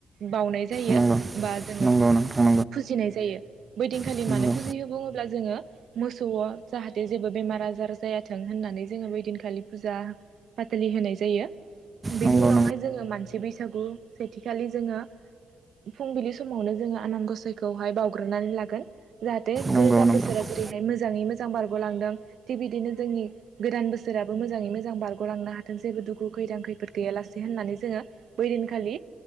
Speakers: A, on the right; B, on the right.
A: बावउनाय जायो
B: नंगौ
A: बा जोङो
B: नंगौ नंगौ नोंथां
A: फुजिनाय जायो। बैदिनखालि
B: नंगौ
A: मानो फुजियो बुङोब्ला जोङो मोसौआव जाहाथे जेबो बे मार आजार जायाथों होननानै जोङो बैदिनखालि फुजा फाथालै होनाय जायो। बेनि
B: नंगौ
A: उनावहाय
B: नंगौ
A: जोङो मानसि बैसागु सेथिखालि जोङो फुंबिलि समावनो जोङो आनान गसाइखौहाय बावग्रोनानै लागोन जाहाथे बे
B: नंगौ
A: गोजाम
B: नंगौ नोंथां
A: बोसोरा जेरैहाय मोजांयै मोजां बारग'लांदों थिग बिदिनो जोंनि गोदान बोसोराबो मोजाङै मोजां बारग'लांनो हाथोंसै दुखु खैदां खैफोद गैयालासे होननानै जोङो बै दिनखालि